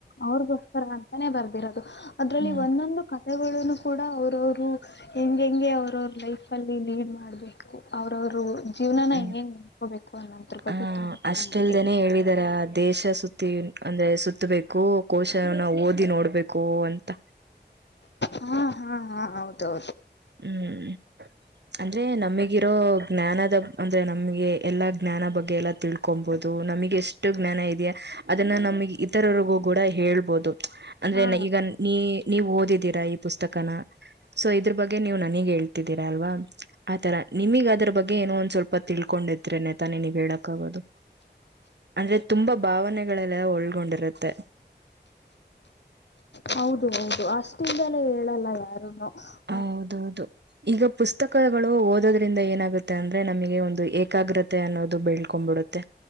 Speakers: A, on the left; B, on the right.
A: ಅವ್ರಗೋಸ್ಕರ ಅಂತಾನೇ ಬರ್ದಿರೋದು ಅದ್ರಲ್ಲಿ
B: ಹ್ಮ್
A: ಒಂದೊಂದು ಕಥಗಳನ್ನು ಕೂಡ ಅವ್ರವರು ಹೆಂ ಹೆಂಗೆ ಅವ್ರವ ಲೈಫ್ ಅಲ್ಲಿ ಲೀಡ್ ಮಾಡ್ಬೇಕು ಅವ್ರವರು ಜೀವನ
B: ಹ್ಮ್
A: ಹೆಂಂಗಗೆಂಗ ನೋಡ್ಕೋಬೇಕು ಅನ್ನೋದ್ರು ಬಗ್ಗೆ
B: ಆ
A: ತಿಂಕ್
B: ಅಷ್ಟಲ್ದೇನೆ
A: ಮಾಡಬೇಕು
B: ಹೇಳಿದಾರ ದೇಶ ಸುತ್ತಿ ಅಂದ್ರೆ ಸುತ್ತಬೇಕು ಕೋಶನ ಓದಿ ನೋಡ್ಬೇಕು ಅಂತ
A: ಹಾ ಹಾ ಹಾ ಹೌದು ಹೌದು
B: ಹ್ಮ್ ಅಂದ್ರೆ ನಮಗಿರೋ ಜ್ಞಾನದ ಅಂದ್ರೆ ನಮಗೆ ಎಲ್ಲಾ ಜ್ಞಾನ ಬಗ್ಗೆ ಎಲ್ಲ ತಿಳ್ಕೊಂಬಹುದು ನಮಗೆ ಎಷ್ಟು ಜ್ಞಾನ ಇದೆಯ ಅದನ್ನ ನಮಗ್ ಇತರರಿಗೂ ಕೂಡ ಹೇಳ್ಬೋದು ಅಂದ್ರೆ
A: ಹಾ
B: ಈಗ ನೀ ನೀವು ಓದಿದೀರಾ ಈ ಪುಸ್ತಕನ ಸೊ ಇದ್ರ ಬಗ್ಗೆ ಗ ಹೇಳ್ತಿದ್ದೀರಾ ಅಲ್ವಾ ಆತರ ನಿಮಗ ಅದ್ರ ಬಗ್ಗೆ ಏನೋ ಒಂದ್ ಸ್ವಲ್ಪ ತಿಳ್ಕೊಂಡಿದ್ರೆನೆ ತಾನೆ ನೀವು ಹೇಳಕ್ಾಗೋದು ಅಂದ್ರೆ ತುಂಬಾ ಭಾವ <unintelligible> ಮನೆಗಳೆ ಒಳ್ಗೊಂಡಿರುತ್ತೆ
A: ಹೌದು ಹೌದು ಅಷ್ಟಿಂದಲೇ ಹೇಳಲ್ಲ ಯಾರು <unintelligible>
B: ಹ ಹೌದೌದು ಈಗ ಪುಸ್ತಕಗಳು ಓದೋದ್ರಿಂದ ಏನಾಗುತ್ತೆ ಅಂದ್ರೆ ನಮಗೆ ಒಂದು ಏಕಾಗ್ರತೆ ಅನ್ನೋದು ಬೆಳ್ಕೊ್ಬಿಡುತ್ತೆ